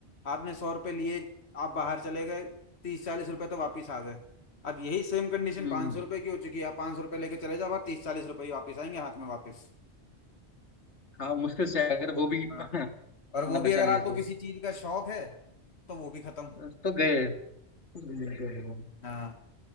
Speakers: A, on the left; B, on the left.
A: आपने सौ रुपये लिए आप बाहर चले गए तीस चालीस रुपए तो वापस आ गए अब यही सेम कंडीशन
B: हुँ,
A: पाँच
B: हुँ।
A: सौ रुपये की हो चुकी है आप पाँच सौ रुपये लेके चले जाओ आप तीस चालीस रुपये ही वापस आएंगे हाथ में वापस
B: हाँ, मुश्किल से अगर वो भी
A: हाँ
B: <laughs>
A: और वो
B: ना बचा
A: भी अगर
B: लिए
A: आपको
B: तो।
A: किसी चीज का शौक है तो वो भी खत्म
B: अ, तो गए। नहीं,
A: हाँ